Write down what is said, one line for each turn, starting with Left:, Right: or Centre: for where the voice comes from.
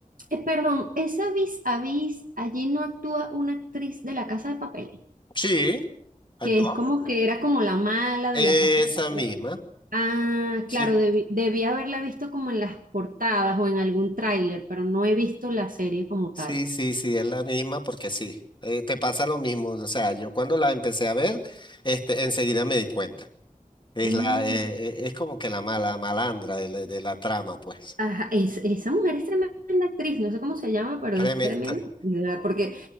Right: Eh, perdón, esa Vis a Vis, allí no actúa una actriz de La Casa de Papel,
Left: Sí, actuamos.
Right: que es como que era como la mala
Left: Esa
Right: de La Casa de Papel.
Left: misma,
Right: Ah,
Left: sí.
Right: claro, debí, debí haberla visto como en las portadas o en algún tráiler, pero no he visto la serie como
Left: Sí,
Right: tal.
Left: sí, sí, es la misma porque sí. eh, te pasa lo mismo. O sea, yo cuando la empecé a ver, este, enseguida me di cuenta. Es
Right: Mm.
Left: la, eh, eh, es como que la mala malandra de la, de la trama, pues.
Right: Ajá, es- esa mujer es tremenda actriz, no sé cómo se llama, pero
Left: Treme-
Right: es tremenda,
Left: tre-
Right: ¿verdad? porque